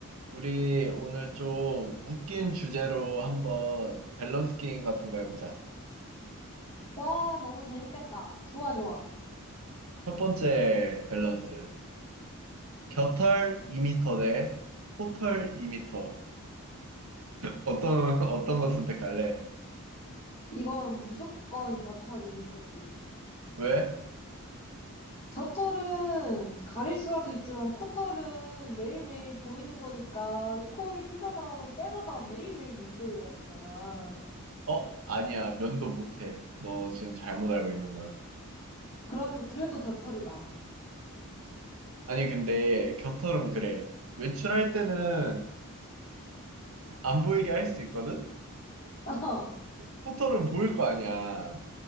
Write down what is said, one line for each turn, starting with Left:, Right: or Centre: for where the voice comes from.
Right: 우리 오늘 좀 웃긴 주제로 한번 밸런스 게임 같은 거 해보자.
Left: 와, 너무 재밌겠다. 좋아, 좋아.
Right: 첫 번째 밸런스. 겨털 2미터 대 코털 2미터. 어떤, <laughs> 어떤 거 선택할래?
Left: 이건 무조건 겨털 2미터지.
Right: 왜?
Left: 겨털은 가릴 수라도 있지만 코털은 매일매일 보이는 거니까 코를 삐져나올 때마다 매일매일 면도를 해야 되잖아.
Right: 어? 아니야. 면도 못해. 너 지금 잘못 알고 있는 거야.
Left: 그럼 그래도 겨털이 나.
Right: 아니, 근데 겨털은 그래. 외출할 때는 안 보이게 할 수 있거든?
Left: <laughs>
Right: 코털은 보일 거 아니야.